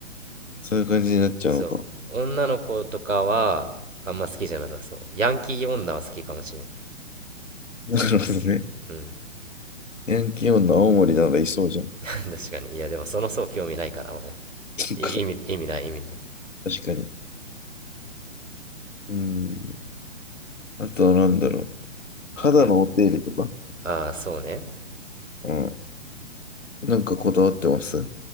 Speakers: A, on the left (about 75°); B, on the right (about 75°).
A: そういう感じになっちゃうのか。
B: そう。女の子とかは、あんま好きじゃなさそう。ヤンキー女は好きかもしれん。
A: <laughs> なるほどね。
B: うん。
A: ヤンキー女青森ならいそうじゃん。
B: <laughs> 確かに。いや、でもその層興味ないから、俺。
A: そっか
B: い意味、意味ない、意味ない。
A: 確かに。うん。あとはなんだろう。肌のお手入れとか、
B: え、ああ、そうね。
A: うん。なんかこだわってます